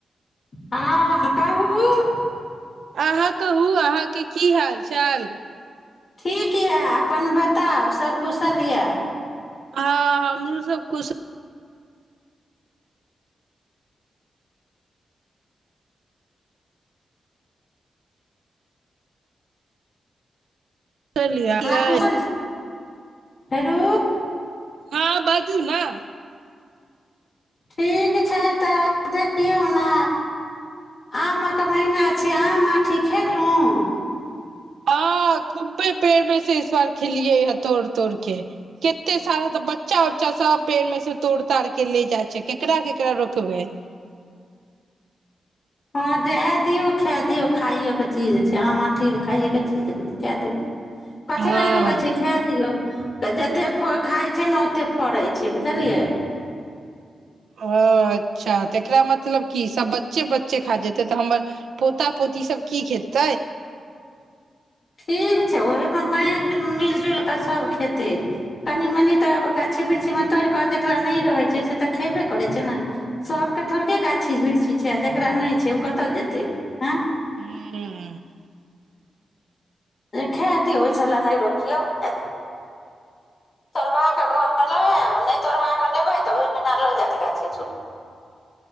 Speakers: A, on the left (about 40°); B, on the right (about 85°).
A: हँ कहूं
B: अहाँ कहू अहाँके की हाल चाल
A: ठीक यए अपन बताउ सभकुशल यए
B: हँ हमरो सब खुश कुशलियै
A: अहाँ कुशल हेरो
B: हँ बाजू ने
A: ठीक छै तऽ देखियौ न आमक महीना छै आम आठी खेलुं
B: हँ खुब्बे पेड़ मे से इस बार खेलियै हे तोड़ तोड़ के केते सारा तऽ बच्चा उच्चा सब पेड़ मे से तोड़ ताड़ के ले जाइ छै केकरा केकरा रोकबै
A: हँ दए दियौ खाए दियौ खाइके चीज छै आम आठी खाइएके चीज खा दियौ कथी
B: हँ
A: लए रो कै छै खे दियौ तऽ जतेक फ खाइ छै ने ओतेक फड़ै छै बुझलियै
B: ओ अच्छा तऽ एकरा मतलब की सभ बच्चे बच्चे खा जेतै तऽ हमर पोता पोती सब की खेतै
A: ठीक छै ओहमे माँहि मिलि जुलि कऽ सभ खेतै कनि मनि तऽ गाछी वृक्षीमे तोड़ि कऽ जकरा नहि रहै छै से तऽ खेबे करै छै ने सभके थोड़केे गाछी बिरछी छै आ जकरा नहि छै ओ कतय जेतै
B: ह
A: आँय खा दियौ ओइसब लए नहि रोकियौ द तोड़वा कऽ घरमे लऽ आयब नहि तोड़वा कऽ लेबै तऽ ओहिना लऽ जायत गाछी छूटा